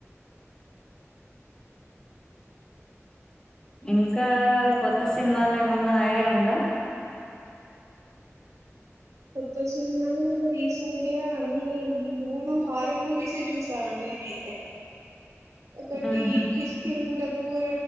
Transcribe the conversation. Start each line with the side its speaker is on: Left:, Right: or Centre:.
Left: ఇంకా కొత్త సినిమాలు ఏమన్నా ఐడియా ఉందా
Right: కొత్త సినిమాలో రీసెంట్గా అన్ని మూడు హారర్ మూవీస్ ఏ చూసా అండి యితే ఒకటి
Left: ఉహు
Right: క్రిస్టిన్ పూర్